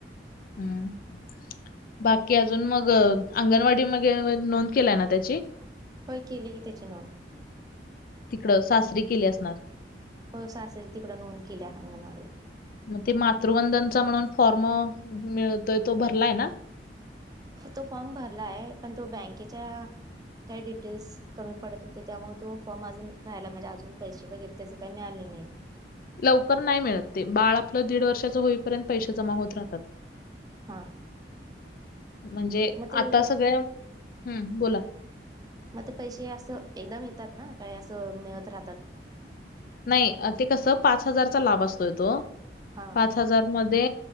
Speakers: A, on the left (about 55°); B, on the right (about 20°).
A: हम्म. बाकी अजून मग अंगणवाडी मगे अ नोंद केलाय ना त्याची?
B: होय. केली की त्याची नोंद.
A: तिकडं सासरी केली असणार.
B: होय. सासरी तिकडं नोंद केल्या अंगणवाडीत.
A: मग ते मातृवंदनचा म्हणून फॉर्म मिळतोय तो भरलाय ना.
B: तो फॉर्म भरलायं पण तो बँकेच्या -- काही डिटेल्स कमी पडत होते. त्यामुळं तो फॉर्म अजून राहायला म्हणजे अजून पैसे वगैरे त्याचे काय मिळालं नाहीयेत.
A: लवकर नाही मिळत ते. बाळ आपलं दीड वर्षाच होईपर्यंत पैसे जमा होत राहतात.
B: हा.
A: म्हणजे
B: ते
A: आता सगळ्या -- हम् बोला.
B: मग ते पैसे असं एकदम येतात ना काय असं मिळत राहतात?
A: नाही ते कस पाच हजारचा लाभ असतोय तो.
B: हां
A: पाच -- हजार मध्ये